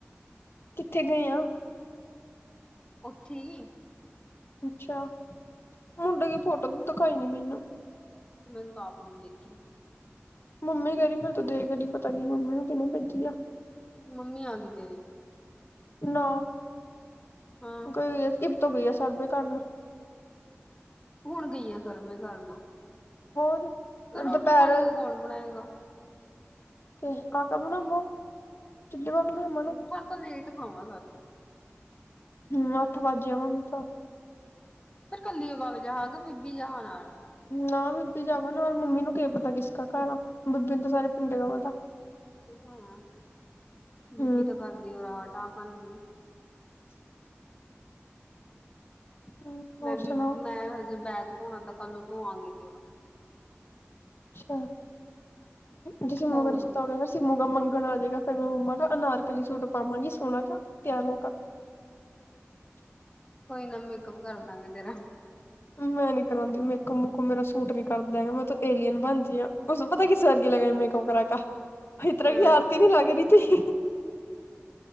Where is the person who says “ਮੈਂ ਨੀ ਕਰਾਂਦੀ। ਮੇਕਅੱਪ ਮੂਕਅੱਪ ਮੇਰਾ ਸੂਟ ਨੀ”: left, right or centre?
Left